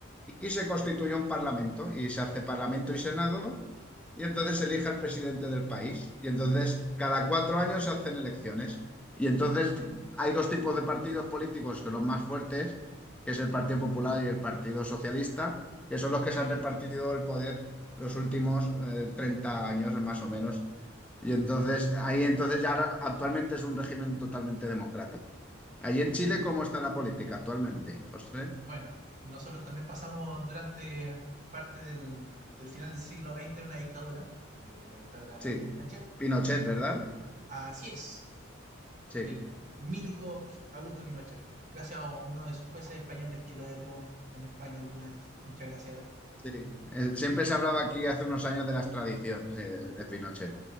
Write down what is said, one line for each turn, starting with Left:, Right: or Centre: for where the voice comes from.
Centre: y se constituye un parlamento y se hace parlamento y senado y entonces se elige al presidente del país y entonces cada cuatro años se hacen elecciones y entonces hay dos tipos de partidos políticos que son los más fuertes, que es el Partido Popular y el Partido Socialista, que son los que
Right: ok.
Centre: se han repartido el poder los últimos eh, 30 años más o menos. Y entonces ahí entonces ya ahora- actualmente es un régimen totalmente democrático. Allí en Chile, ¿cómo está la política actualmente, José?
Right: Bueno, nosotros también pasamos durante parte del, del final del siglo XX una dictadura, eh, la dictadura de
Centre: Sí,
Right: Augusto Pinochet.
Centre: Pinochet, ¿verdad?
Right: Así es,
Centre: Sí,
Right: el mítico Augusto Pinochet, gracias a uno de sus jueces españoles que lo detuvo en, en España alguna vez. Muchas gracias a él.
Centre: sí. Eh, Siempre se hablaba aquí hace unos años de las tradiciones eh, de, de Pinochet.